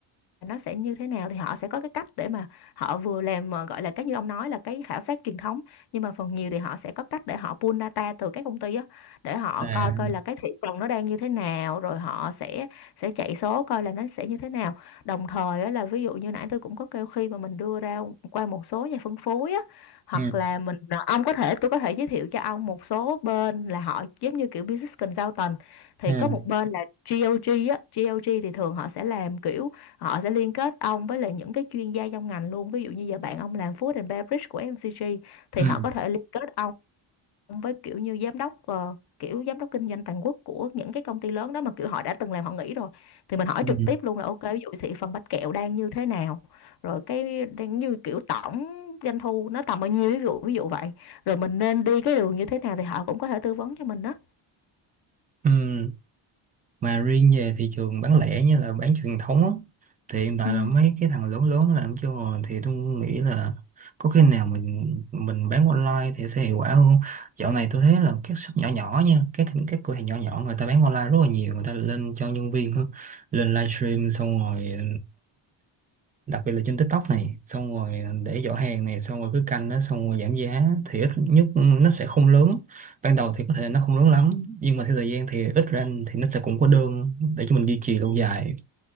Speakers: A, on the left (about 50°); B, on the right (about 20°).
A: nó sẽ như thế nào thì họ sẽ có cái cách để mà họ vừa làm mà gọi là cái như ông nói là cái khảo sát truyền thống nhưng mà phần nhiều thì họ sẽ có cách để họ pull data từ các công ty á để họ
B: à,
A: coi coi là cái thị trường nó đang như thế nào rồi họ sẽ sẽ chạy số coi là nó sẽ như thế nào đồng thời á, là ví dụ như nãy tôi cũng có kêu khi mà mình đưa ra qua một số nhà phân phối á hoặc
B: ừ,
A: là mình ờ, ông có thể tôi có thể giới thiệu cho ông một số bên là họ giống như kiểu business consultant thì
B: ừ,
A: có một bên là GOG á GOG thì thường họ sẽ làm kiểu họ sẽ liên kết ông với lại những cái chuyên gia trong ngành luôn ví dụ như giờ bạn ông làm food and beverage của FMCG thì
B: ừ,
A: họ có thể liên kết ông với kiểu như giám đốc ờ, kiểu giám đốc kinh doanh toàn quốc của những cái công ty lớn đó mà kiểu họ đã từng làm họ nghỉ rồi thì mình hỏi
B: ừ,
A: trực tiếp luôn là ok ví dụ thị phần bánh kẹo đang như thế nào rồi cái đang như kiểu tổng doanh thu nó tầm bao nhiêu ví dụ ví dụ vậy rồi mình nên đi cái đường như thế nào thì họ cũng có thể tư vấn cho mình đó
B: ừ. mà riêng về thị trường bán lẻ như là bán truyền thống á, thì hiện tại
A: ừ.
B: là mấy cái thằng lớn lớn nó làm chưa rồi thì tôi nghĩ là có khi nào mình mình bán online thì sẽ hiệu quả hơn không? Dạo này tôi thấy là các shop nhỏ nhỏ nha, các các cửa hàng nhỏ nhỏ người ta bán online rất là nhiều, người ta lên cho nhân viên hơn, lên livestream xong rồi đặc biệt là trên TikTok này xong rồi để giỏ hàng này xong rồi cứ canh nó xong rồi giảm giá thì ít nhất nó sẽ không lớn ban đầu thì có thể nó không lớn lắm nhưng mà theo thời gian thì ít ra thì nó sẽ cũng có đơn để cho mình duy trì lâu dài